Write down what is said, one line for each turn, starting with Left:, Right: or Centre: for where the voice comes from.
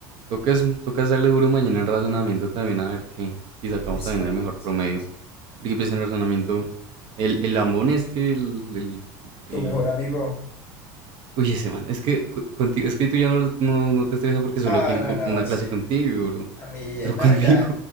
Right: toca es, toca darle duro mañana en razonamiento también, a ver qué, si sacamos
Left: Exacto,
Right: también el mejor
Left: exacto.
Right: promedio. Porque pues en razonamiento, el, el lambón este, el, el, el-
Left: Tu mejor amigo.
Right: Uy, ese man, es que co- contigo, es que tú ya no, lo- no, no te estresas porque solo
Left: Ah,
Right: tiene
Left: no,
Right: co-
Left: no,
Right: una clase
Left: sí.
Right: contigo, bro.
Left: A mí, eh,
Right: Pero
Left: no,
Right: conmigo,
Left: ya,